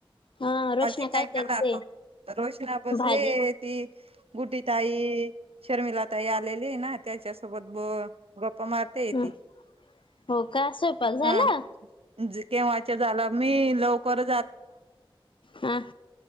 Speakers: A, on the left; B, on the right.
A: हा रोशना
B: भाजी काय
A: करते?
B: करणार मग? रोशना बसले
A: भाजी
B: ती गुड्डी ताई, शर्मिला ताई, आलेली ना त्याच्यासोबत ब गप्पा मार ते
A: ह
B: ती,
A: हो का स्वयंपाक झाला
B: हा. केव्हाच्या झालं, मी लवकर
A: हम्म